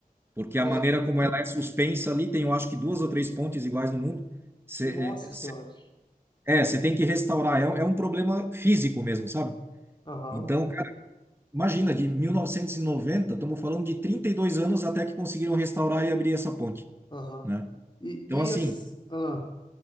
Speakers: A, on the right; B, on the left.
A: Porque
B: É,
A: a maneira como ela é suspensa ali, tem eu acho que duas ou três pontes iguais no mundo. Você
B: nossa senhora.
A: é, você tem que restaurar. É, um- é um problema físico mesmo, sabe?
B: Aham,
A: Então, cara, imagina, de 1990, estamos falando de 32 anos até que conseguiram restaurar e abrir essa ponte,
B: aham.
A: né?
B: E,
A: Então,
B: e
A: assim,
B: as- ah,